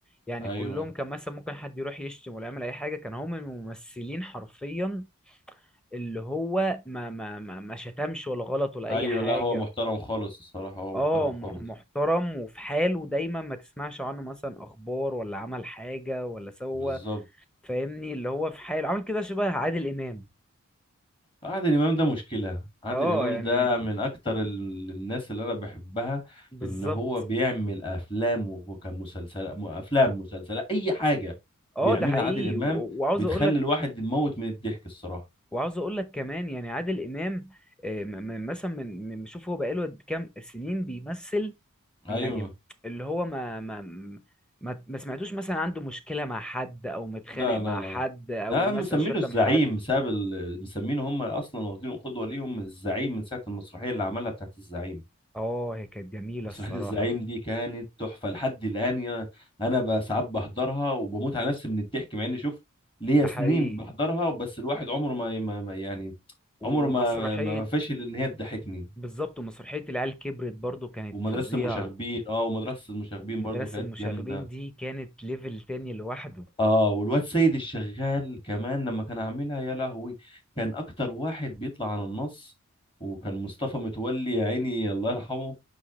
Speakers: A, in the centre; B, on the left.
A: يعني
B: ايوه
A: كلهم كان مثلا ممكن حد يروح يشتم ولا يعمل اي حاجه كان هم الممثلين حرفيا اللي هو ما ما ما, ما شتمش ولا غلط ولا اي
B: ايوه
A: حاجه
B: لا هو محترم خالص الصراحة هو
A: اه
B: محترم
A: مح-
B: خالص
A: محترم وفي حاله دايما ما تسمعش عنه مثلا اخبار ولا عمل حاجه ولا سوى
B: بالظبط
A: فاهمني اللي هو في حاله عامل كده شبه عادل امام
B: عادل امام ده مشكله عادل
A: اه
B: امام
A: يعني
B: ده من اكتر ال- الناس اللي انا بحبها
A: بالظبط
B: لان هو بيعمل افلام وكمسلسلات افلام مسلسلات اي حاجه
A: اه
B: بيعملها
A: ده حقيقي
B: عادل امام
A: و- وعاوز
B: بتخلي
A: اقول لك
B: الواحد يموت من الضحك الصراحه
A: وعاوز اقول لك كمان يعني عادل امام آه، م- م- مثلا من من- شوف هو بقاله قد كام سنين بيمثل يعني
B: ايوه
A: اللي هو ما ما ما ما سمعتوش مثلا عنده مشكلة مع حد او متخانق
B: لا لا
A: مع
B: لا
A: حد
B: لا
A: او
B: ده
A: مثلا
B: مسمينه
A: شتم
B: الزعيم
A: حد
B: بسبب ال... مسمينه هم اصلا واخدينه قدوه ليهم الزعيم من ساعه المسرحيه اللي عملها بتاعت الزعيم
A: اه هي كانت جميلة
B: مسرحية
A: الصراحة
B: الزعيم دي كانت تحفة لحد الآن يا- أنا بقى ساعات بحضرها وبموت على نفسي من الضحك مع إني شوف ليا
A: ده
B: سنين
A: حقيقي
B: بحضرها بس الواحد عمره ما ما- ما- يعني
A: ومسرحية
B: عمره ما ما ما فشل إن هي تضحكني
A: بالظبط ومسرحية العيال كبرت برضو كانت
B: ومدرسة
A: فظيعة
B: المشاغبين أه ومدرسة المشاغبين
A: مدرسة
B: برضو كانت
A: المشاغبين
B: جامدة
A: دي كانت ليفل تاني لوحده
B: اه والواد سيد الشغال كمان لما كان عاملها يا لهوي كان اكتر واحد بيطلع عن النص وكان مصطفى متولي يا عيني الله يرحمه